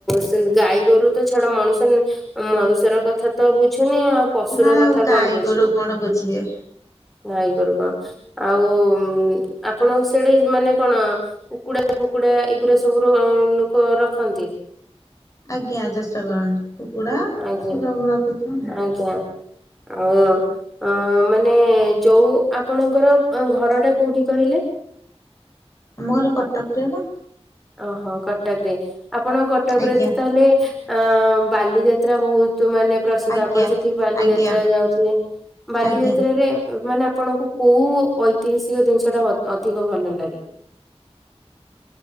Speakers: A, in the centre; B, on the left.
A: ସେ ଗାଈ ଗୋରୁ ତ ଛାଡ ମଣିଷ ମଣିଷର କଥା ତ ବୁଝୁନି ଆଉ। ପଶୁର
B: ନା
A: କଥା
B: ଆଉ ଗାଈ
A: କଣ ବୁଝିବ
B: ଗୋରୁ କଣ ବୁଝିବେ।
A: ଗାଇ ଗୋରୁ କଣ ଆଉ ଆଉ ଆପଣ ସେଠି ମାନେ କଣ କୁକୁଡା ଫୁକୁଡା ଏଗୁଡା ସବୁ ର କଣ ରଖନ୍ତି?
B: ଆଜ୍ଞା ଦେଶ ପାଳନି କୁକୁଡା
A: ଆଜ୍ଞା।
B: ସେ ସବୁ ରଖିଛୁଁ।
A: ଆଜ୍ଞା। ଆଉ ଅ ମାନେ ଯୋଉ ଆପଣଙ୍କର ଘର ଟା କୋଉଠି କହିଲେ?
B: ଆମ ଘର କଟକରେ ବା।
A: ଓହୋ କଟକ ରେ ଆପଣ କଟକ
B: ଆଜ୍ଞା
A: ରେ ତ ତାହେଲେ ଅଁ ବାଲିଯାତ୍ରା ବହୁତ୍ ମାନେ ପ୍ରସିଦ୍ଧ
B: ଆଜ୍ଞା
A: ଆପଣ ସେଠି ବାଲିଯାତ୍ରା
B: ଆଜ୍ଞା
A: ଯାଉଥିବେ ବାଲିଯାତ୍ରାରେ
B: ଆଜ୍ଞା।
A: ମାନେ ଆପଣଙ୍କୁ କୋଉ ଐ ଐତିହାସିକ ଜିନିଷ ଟା ଅ ଅଧିକ ଭଲ ଲାଗେ?